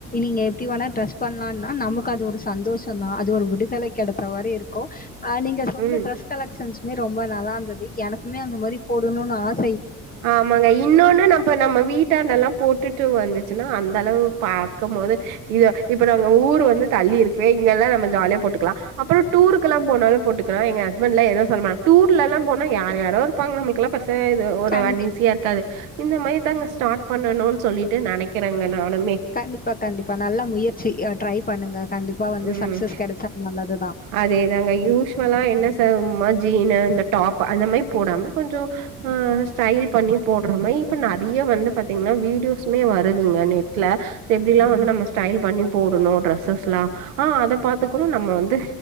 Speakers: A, on the left (about 20°); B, on the right (about 80°).
A: நீங்க எப்படி வேணா ட்ரெஸ் பண்ணலாம்னா நமக்கு அது ஒரு சந்தோஷம் தான் அது ஒரு விடுதலை கெடைச் மாரி இருக்கும் ஹ் நீங்க சொன்ன
B: ம்
A: ன்மே ரொம்ப நல்லா இருந்தது எனக்குமே அந்த மாதிரி போடணும்னு ஆச
B: ஆமாங்க இன்னொன்னு நம்ம நம்ம வீட்டாண்டல்லாம் போட்டுட் டூ வந்துச் சுனா அந்தளவு பா இருக்கும் போது இது இப்ப நாங்க ஊரு வந்து தள்ளி இருக்கு ங்கெல்லாம் நம்ம ஜாலியா போட்டுக்கலாம் டூருக்கு எல்லாம் போனாலும் போட்டுக்கலாம் எங்க ஹஸ்பண்ட்லாம் எது சொல்ல மாட் டூர்ல எல்லாம் போனா யார் யாரோ இருப்பாங்க நமளுக்கெல்லாம் பிரச்சனை இது
A: கண்டி
B: அன்ஈஸியா இருக்காது இந்த மாதிரி அங்க ஸ்டார்ட் பண்ணணும்ன்னு சொல்லிட்டு நெனைக்கிறேங்க நானுமே
A: கண்டிப்பா, கண்டிப்பா. நல்ல முயற்சி. அ ட்ரை பண்ணுங்க கண்டிப்பா வந்து
B: உம்
A: சக்சஸ் கிடைச்சா நல்லது தான்.
B: அதே தாங்க யூஸுவலா என்ன ச ம ஜீனு இந்த டாப் அந்த மாரி போடாம கொஞ்சம் ஆஹ் ஸ்டைல் பண்ணி போடுற மாரி இப்ப நறைய வந்து பாத்தீங்கன்னா வீடியோஸ்மே வருதுங்க நெட்ல எப்டில்லாம்
A: ம்.
B: வந்து நம்ம ஸ்டைல் பண்ணி போடணும் டிரெஸ்ஸஸ்லாம் ஆஹ் அத பாத்து கூட நம்ம வந்து